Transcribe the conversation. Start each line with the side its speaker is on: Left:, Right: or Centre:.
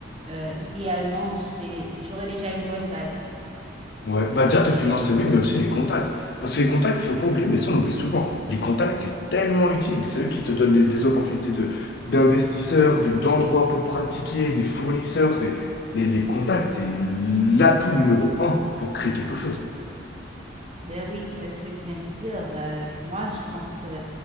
Right: euh, idéalement, je serai- j'aurai déjà une bonne base.
Left: Ouais, bah déjà te financer, oui, mais aussi les contacts. Parce que les contacts, faut pas oublier, mais ça on oublie souvent. Les contacts, c'est tellement utile. C'est eux qui te donnent des, des opportunités de, d'investisseurs, de, d'endroits pour pratiquer, des fournisseurs. C'est, les, les contacts, c'est l'atout numéro un pour créer quelque chose.
Right: Ben oui, c'est ce que je viens de dire. Euh, moi, je compte euh,